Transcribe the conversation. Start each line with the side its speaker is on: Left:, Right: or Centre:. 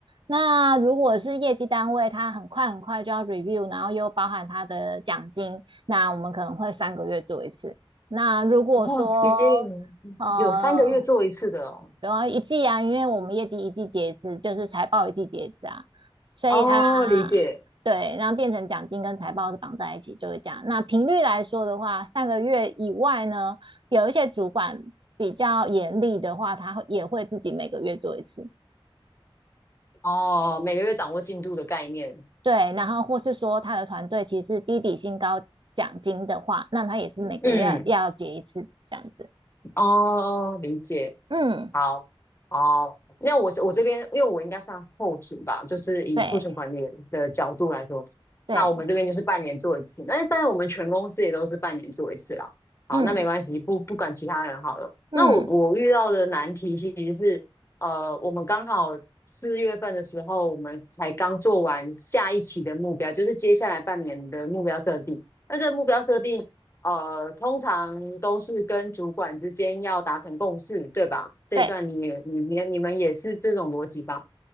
Right: 那如果是业绩单位，它很快很快就要 review，然后又包含它的奖金，那我们可能会三个月做一次。那如果说
Left: 哇，也有三个月做一次的哦，
Right: 呃，然后一季啊，因为我们业绩一季结一次，就是财报一季结一次啊，所以它
Left: 哦，理解，
Right: 对，然后变成奖金跟财报是绑在一起，就会这样。那频率来说的话，上个月以外呢，有一些主管比较严厉的话，他也会自己每个月做一次。
Left: 哦，每个月掌握进度的概念，
Right: 对，然后或是说他的团队其实是低底薪高奖金的话，那他也是每个月要要结一次这样子。
Left: 嗯，哦，理解，
Right: 嗯，
Left: 好，哦，那我是我这边，因为我应该算后勤吧，就是以库存管理的角度来说，
Right: 对对，
Left: 那我们这边就是半年做一次，那但是我们全公司也都是半年做一次啦。好，
Right: 嗯
Left: 那没关系，不不管其他人好了。
Right: 嗯
Left: 那我我遇到的难题其实是，呃，我们刚好四月份的时候，我们才刚做完下一期的目标，就是接下来半年的目标设定。那这个目标设定呃，通常都是跟主管之间要达成共识，对吧？这一段你也你你你们也是这种逻辑吧？
Right: 对